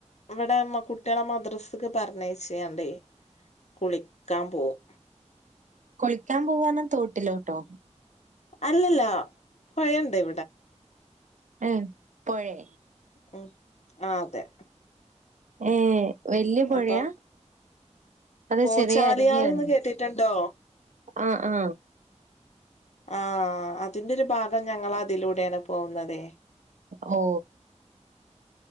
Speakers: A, on the left (about 65°); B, on the right (about 85°).
A: ഇവിടെ കുട്ടിളെ മദ്രസ്ക്ക് പറ്ഞ്ഞേച്ചാണ്ടേ കുളിക്കാ പോവും
B: കുളിക്കാൻ പോവാറ്ഞ്ഞാ തോട്ടിലോട്ടോ
A: അല്ലല്ല പൊയണ്ട്‌ ഇവടെ
B: ഉം പൊഴേ
A: ഉം ആ അതെ
B: ഏ വല്യ പുഴാ
A: അപ്പൊ
B: അതോ
A: ഓ
B: ചെറിയ
A: ചാലിയാറ്ന്ന്
B: അരുവിയാണോ
A: കേട്ടിട്ടുണ്ടോ
B: ആ ആ
A: ആ അതിന്റെ ഒരു ഭാഗം ഞങ്ങള അതിലൂടെണ് പോകുന്നതെ
B: ഓ